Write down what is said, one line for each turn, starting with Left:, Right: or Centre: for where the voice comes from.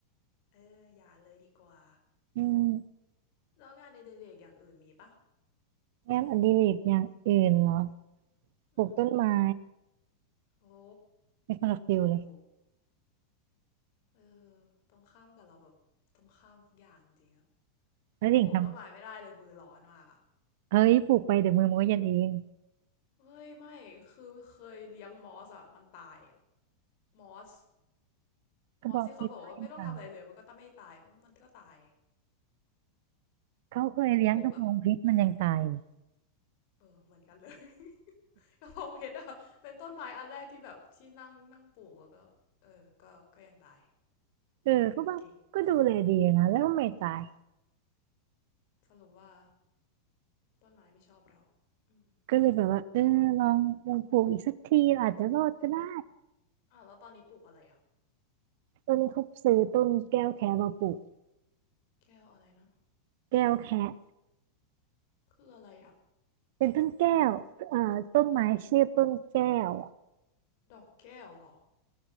Left: เอออย่าเลยดีกว่า
Right: อืม
Left: แล้วงานไอเดเรกอย่างอื่นมีปะ
Right: งานอดิเรกอย่างอื่นเหรอ
Left: อืม
Right: ปลูกต้นไม้
Left: โอ้
Right: ไม่คนละฟิลเลย
Left: โหเออตรงข้ามกับเราแบบตรงข้ามอย่างจริงอะ
Right: แล้วดิ่งท
Left: เพราะปลูกต้นไม้ไม่ได้เลยมือร้อนมากอะ
Right: ำเฮ้ยปลูกไปเดี๋ยวมือมันก็เย็นเอง
Left: เฮ้ยไม่คือเคยเลี้ยงมอสอะมันตายอะมอส
Right: กระบองเพชรก็ยังตาย
Left: มอสที่เขาบอกว่าไม่ต้องทำอะไรเลยมันก็ต้องไม่ตายมันก็ตาย
Right: เขาเคยเลี้ยงกระบองเพชรมันยังตายเลย
Left: ปลูกแบบเออเหมือนกันเลย <laughs> กระเพงเพชรอะเป็นต้นไม้อันแรกที่แบบที่นั่งนั่งปลูกแล้วก็เออก็ก็ยังตาย
Right: เออเขาบอกก็ดูแลดีนะแล้วไม่ตาย
Left: เออเก่งสรุปว่าต้นไม้ไม่ชอบเราอืม
Right: ก็เลยแบบว่าเออลองลองปลูกอีกสักทีอาจจะรอดก็ได้
Left: ่ะแล้วตอนนี้ปลูกอะไรอะ
Right: ต้นนี้เขาซื้อต้นแก้วแคะมาปลูก
Left: แก้วอะไรเนาะ
Right: แก้วแคะ
Left: คืออะไรอะ
Right: เป็นต้นแก้วเอ่อต้นไม้ชื่อต้นแก้ว
Left: ดอกแก้วหรอ